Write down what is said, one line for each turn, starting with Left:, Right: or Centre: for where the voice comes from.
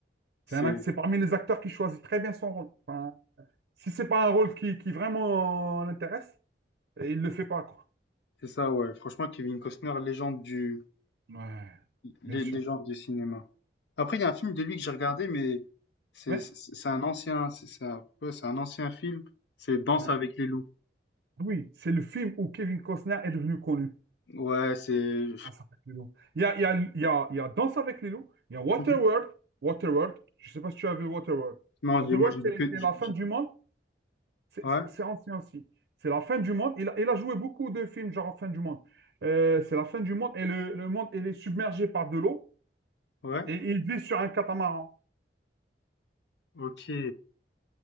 Right: C'est
Left: c'est,
Right: un, act- c'est parmi les acteurs qui choisit très bien son rôle. Enfin, Si c'est pas un rôle qui, qui vraiment l'intéresse, il le fait pas, quoi.
Left: c'est ça, ouais. Franchement, Kevin Costner, légende du,
Right: Ouais,
Left: lé-
Right: bien sûr.
Left: légende du cinéma. Après, il y a un film de lui que j'ai regardé, mais c'est,
Right: Ouais.
Left: c'est c'est un ancien, c'est c'est un peu, c'est un ancien film. C'est Danse
Right: Ouais.
Left: avec les loups.
Right: Oui, c'est le film où Kevin Costner est devenu connu.
Left: Ouais, c'est,
Right: Danse avec les loups. Il y a, il y a, il y a, il y a Danse avec les loups, il y a Waterworld.
Left: Mhm.
Right: Waterworld, je sais pas si tu as vu Waterworld.
Left: non,
Right: Waterworld,
Left: j'ai- moi, j'ai vu
Right: c'est
Left: que,
Right: c'est
Left: j'ai-
Right: la fin
Left: j'ai-
Right: du monde. C'est
Left: ouais,
Right: c'est ancien aussi. C'est la fin du monde. Il a, il a joué beaucoup de films genre fin du monde. Euh, c'est la fin du monde et le, le monde il est submergé par de l'eau
Left: ouais,
Right: et il vit sur un catamaran.
Left: ok.